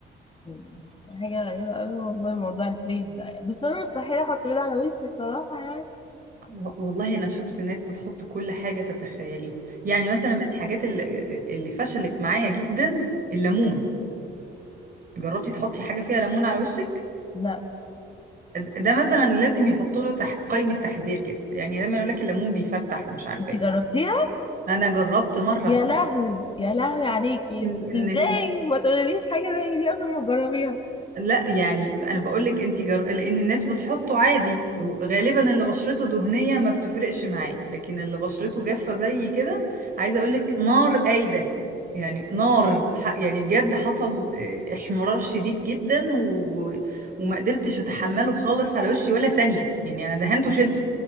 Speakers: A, on the left; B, on the right.
A: مم. حاجة غريبة أوي والله موضوع البيض ده بس أنا مستحيل أحط بيض على وشي بصراحة يعني
B: و- والله انا شفت ناس بتحط كل حاجه تتخيليها يعني مثلا من الحاجات اللي, اللي فشلت معايا جدا الليمون جربتي تحطي حاجه فيها ليمون على وشك
A: لا
B: ده مثلا لازم يحط له تحت قائمه تحذير كده يعني دايما يقول لك الليمون بيفتح ومش عارفه
A: أنت
B: ايه
A: جربتيها؟
B: انا جربت مره
A: يا
B: احط
A: لهوي يا لهوي عليكي
B: ان
A: انت إزاي
B: إن
A: ما تقوليليش حاجة زي دي قبل ما تجربيها
B: لا يعني انا بقول لك انت جر... لان الناس بتحطه عادي يو- غالبا اللي بشرته دهنيه ما بتفرقش معاه لكن اللي بشرته جافه زي كده عايزه اقول لك نار قايده يعني نار ح... يعني بجد حصل آه، احمرار شديد جدا و... وما قدرتش اتحمله خالص على وشي ولا ثانيه يعني انا دهنته وشلته